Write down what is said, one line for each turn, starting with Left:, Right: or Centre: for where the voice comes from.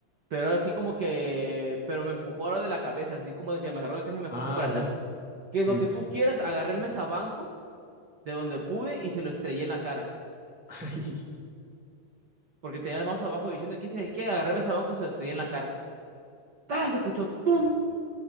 Right: pero ahora sí como que... Pero me empujó ahora de la cabeza, así como de que me agarró la cabeza y me
Centre: Ah,
Right: empujó para atrás.
Centre: ya. Sí,
Right: Que lo que
Centre: sí.
Right: tú quieras, agarré el mesabanco de donde pude y se lo estrellé en la cara.
Centre: <laughs> Ay,
Right: porque tenía las manos abajo diciendo quién sabe qué, agarrarme el banco y se lo estrellé en la cara. ¡Tas! Escuchó ¡tum!